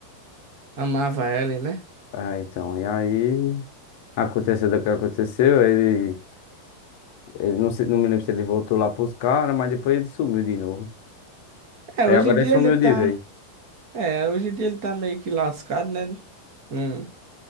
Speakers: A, on the right; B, on the left.
A: amava ela, né?
B: Ah, então, e aí aconteceu o que aconteceu, ele Ele não, sei- não me lembro se ele voltou lá pros caras, mas depois ele sumiu de novo.
A: É,
B: Aí
A: hoje
B: agora
A: em dia
B: ele sumiu
A: ele tá.
B: de vez.
A: É, hoje em dia ele tá meio que lascado, né? Não